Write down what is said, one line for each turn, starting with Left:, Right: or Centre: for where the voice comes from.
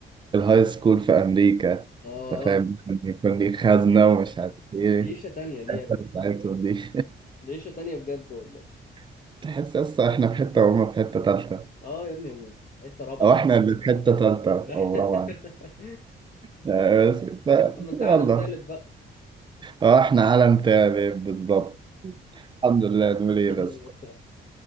Right: الهاي سكول في امريكا
Left: اه
Right: انت فاهم ممكن يكون ليك خزنه
Left: ليشة
Right: ومش عارف ايه
Left: ليشة تانية دي يا
Right: الحتة
Left: ابني
Right: بتاعتهم دي
Left: ليشة تانية بجد والله
Right: <laughs> تحس اصلا احنا في حته وهم في حته تالته
Left: اه يا ابني هم في حتة رابعة
Right: او احنا اللي في حته تالته
Left: <laughs>
Right: او رابعه يعني بس ف-
Left: طب ما انت
Right: يلا
Left: عالم تالت بقى
Right: اه احنا عالم تاني بالضبط الحمد لله نقول
Left: <laughs>
Right: ايه بس